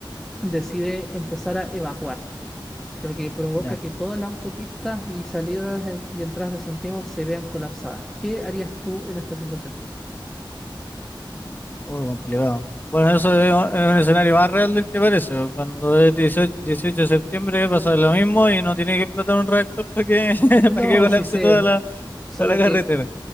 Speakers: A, in the centre; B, on the left.
A: decide empezar a evacuar. lo que provoca
B: ya.
A: que todas las autopistas y salidas en- y entradas de Santiago se vean colapsadas. ¿Qué harías tú en esta situación?
B: Oh, complicado. Bueno, eso es un es un escenario más real del que parece. po. Cuando es dieciocho 18 de septiembre pasa lo mismo y no tiene que explotar un reactor para que, <laughs>
A: No,
B: para que colapse
A: sí sé,
B: toda la,
A: solo
B: toda la carretera.
A: que